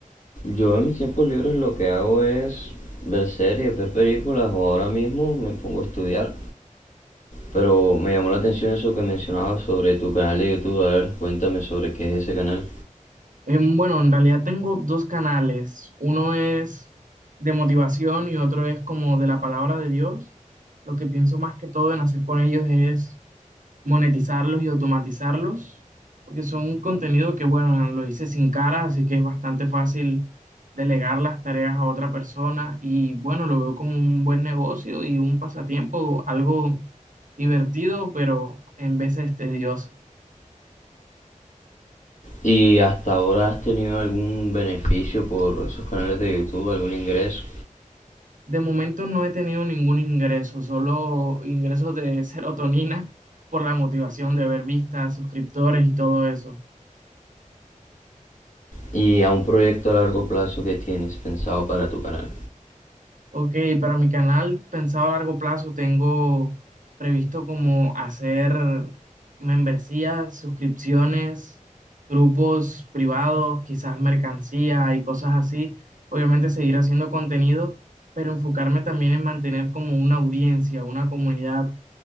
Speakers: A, on the left; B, on the right.
A: Yo en mis tiempos libres lo que hago es ver series, ver películas o ahora mismo me pongo a estudiar. Pero me llamó la atención eso que mencionabas sobre tu canal de YouTube. A ver, cuéntame sobre qué es ese canal.
B: Em, bueno, en realidad tengo dos canales. Uno es de motivación y otro es como de la palabra de Dios. Lo que pienso más que todo en hacer con ellos es monetizarlos y automatizarlos, porque son un contenido que, bueno, lo hice sin cara, así que es bastante fácil delegar las tareas a otra persona y, bueno, lo veo como un buen negocio y un pasatiempo, algo divertido, pero en veces tedioso.
A: ¿Y hasta ahora has tenido algún beneficio por esos canales de YouTube, algún ingreso?
B: De momento no he tenido ningún ingreso, solo ingresos de <laughs> serotonina por la motivación de ver vistas, suscriptores y todo eso.
A: Y a un proyecto a largo plazo que tienes pensado para tu canal.
B: Ok, para mi canal, pensado a largo plazo, tengo previsto como hacer membresías, suscripciones, grupos privados, quizás mercancía y cosas así. Obviamente seguir haciendo contenido, pero enfocarme también en mantener como una audiencia, una comunidad,